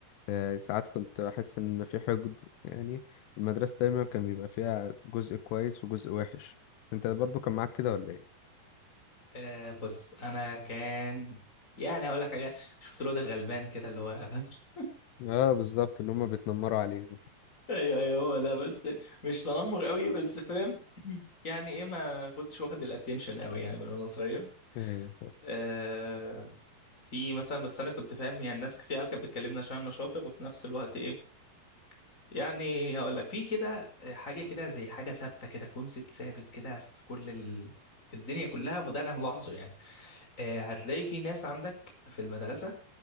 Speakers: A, on the left (about 80°); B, on the left (about 20°).
A: آه، ساعات كنت بحس ان في حقد يعني المدرسة دايما كان بيبقى فيها جزء كويس وجزء وحش انت برضو كان معاك كده ولا ايه
B: أه بص انا كان يعني هقول لك حاجه شفت الواد الغلبان كده اللي هو <laughs>
A: اه بالظبط اللي هما بيتنمروا عليه
B: ايوه ايوه هو ده بس مش تنمر قوي بس فاهم <laughs> <clears throat> يعني ايه ما كنتش واخد الاتنشن قوي يعني من وانا صغير
A: <laughs> ايوه
B: آه في مثلا بس انا كنت فاهم يعني الناس في عيال كانت بتكلمني عشان انا شاطر وفي نفس الوقت ايه يعني هقول لك في كده حاجه كده زي حاجه ثابته كده كونسيبت ثابت كده في كل ال... في الدنيا كلها وده انا ملاحظه يعني آه هتلاقي في ناس عندك في المدرسه